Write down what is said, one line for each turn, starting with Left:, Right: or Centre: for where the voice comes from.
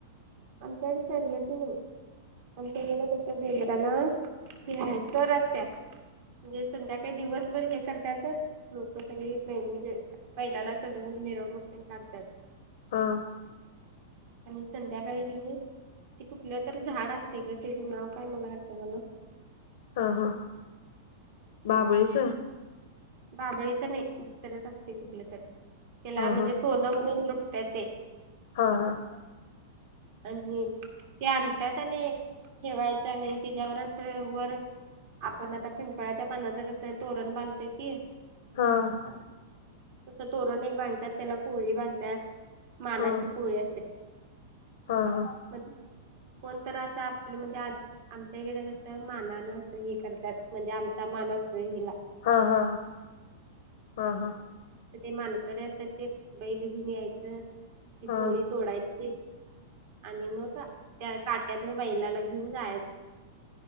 Right: आमच्याकडे शर्यती नाही. आमच्याकड कस गेजराला <unintelligible> तरच्या म्हणजे संध्याकाळी दिवसभर हे करत्यात, लोक सगळे नाही म्हणजे बैलाला सजवून मिरवणू पण काढतात.
Left: हा.
Right: आणि संध्याकाळी की नाही, ते कुठलं तर झाड असते ग त्याचं नाव काय मला आठवण.
Left: ह हा, बाबळीच?
Right: बाबळीच नाही दुसरच असते कुठलं तरी, त्याला म्हणजे
Left: हा
Right: सोनं म्हणून लुटत ते.
Left: आ, हा
Right: आणि, ते आणतात आणि ठेवायचं आणि त्याच्यावरच वर आपण आता पिंपळाच्या पानाचं कस तोरण बांधतोय की.
Left: हा.
Right: तस तोरण एक बांधतात त्याला पोळी बांधतात मानाची
Left: हा
Right: पोळी असते.
Left: हा हा,,
Right: म कोणत असं आपलं म्हणजे आ आमच्या इकडे कस मानानं अस हे करतात, म्हणजे आमचा मान असतो हिला.
Left: हा हा हा हा.
Right: ते मानकरीे असतात ते बैल घेऊन यायचं, ती
Left: हा
Right: पोळी तोडायची. आणि मग त्या काट्यातन बैलाला घेऊन जा